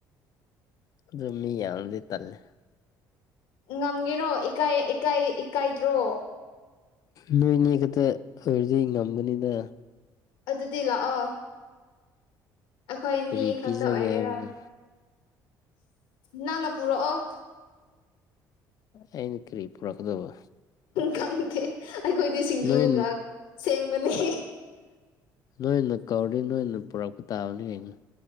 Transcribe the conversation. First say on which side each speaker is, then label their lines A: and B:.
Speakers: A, on the left; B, on the left.
A: ꯑꯗꯨ ꯃꯤ ꯌꯥꯝꯃꯥꯗꯤ ꯇꯜꯂꯦ
B: ꯉꯝꯒꯦꯔꯣ ꯏꯀꯥꯏ ꯏꯀꯥꯏ ꯏꯀꯥꯏꯗ꯭ꯔꯣ
A: ꯅꯣꯏꯅꯤ ꯈꯛꯇ ꯑꯣꯏꯔꯗꯤ ꯉꯝꯒꯅꯤꯅꯥ
B: ꯑꯗꯨꯗꯤ ꯂꯥꯛꯑꯣ ꯑꯩꯈꯣꯏꯅꯤ
A: ꯀꯔꯤ ꯄꯤꯖꯒꯦ
B: ꯈꯛꯇ ꯑꯣꯏꯒꯦꯔꯥ
A: ꯍꯥꯏꯕꯅꯣ
B: ꯅꯪꯅ ꯄꯨꯔꯛꯑꯣ
A: ꯑꯩꯅ ꯀꯔꯤ ꯄꯨꯔꯛꯀꯗꯕ
B: ꯈꯪꯗꯦ ꯑꯩꯈꯣꯏꯗꯤ ꯁꯤꯡꯖꯨꯒ
A: ꯅꯣꯏ
B: ꯁꯦꯝꯒꯅꯤ
A: ꯅꯣꯏꯅ ꯀꯧꯔꯗꯤ ꯅꯣꯏꯅ ꯄꯨꯔꯛꯄ ꯇꯥꯕꯅꯤ ꯀꯩꯅꯣ